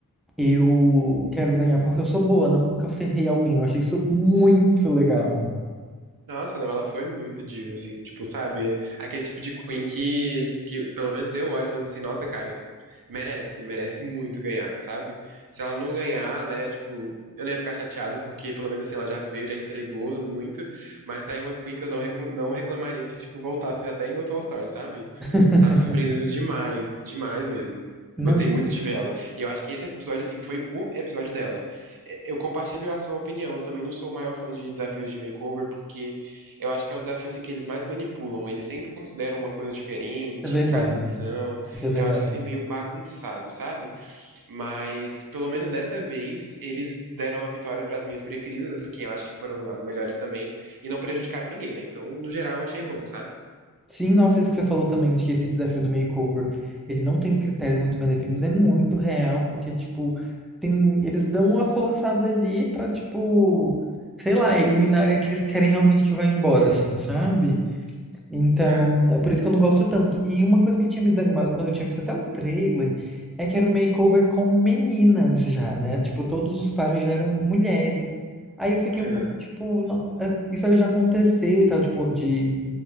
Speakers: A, in the centre; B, on the right.
A: eu quero ganhar porque eu sou boa, não porque eu ferrei alguém. Eu achei isso muito legal.
B: Nossa, não, ela foi muito diva, assim, tipo, sabe? Aquele tipo de Queen que, a gente- que pelo menos eu olho e falo assim, nossa, cara, merece, merece muito ganhar, sabe? Se ela não ganhar, né, tipo, eu não ia ficar chateada porque, pelo menos assim, ela já veio, já entregou muito, mas tá em uma Queen que eu não, recom- não reclamaria se, tipo, voltasse até em outro All-Star, sabe?
A: <laughs>
B: tá me surpreendendo demais, demais mesmo.
A: Não,
B: Gostei
A: de-
B: muito de ver ela. E eu acho que esse episódio, assim, foi o episódio dela. É, Eu compartilho a sua opinião. Eu também não sou o maior fã de desafios de makeover, porque eu acho que é o desafio, assim, que eles mais manipulam. Eles sempre consideram uma coisa diferente
A: é verdade.
B: em cada edição.
A: Isso é verdade.
B: Eu acho, assim, meio bagunçado, sabe? Mas, pelo menos dessa vez, eles deram a vitória para as minhas preferidas, as que eu acho que foram as melhores também, e não prejudicaram ninguém, né? Então, no geral, eu achei bom, sabe?
A: Sim, nossa, isso que você falou também, de que esse desafio do makeover, ele não tem critérios muito bem definidos, é muito real, porque, tipo, tem, eles dão uma forçada ali pra, tipo, sei lá, eliminarem aqueles que querem realmente que vá embora, assim, sabe? Então,
B: É,
A: é por isso que eu não gosto tanto. E uma coisa que tinha me desanimado quando eu tinha visto até o trailer, é que era o makeover com meninas já, né? Tipo, todos os pares já eram mulheres. Aí eu fiquei
B: aham.
A: um pouco, tipo, não, eh, isso aí já aconteceu e tal, tipo, de...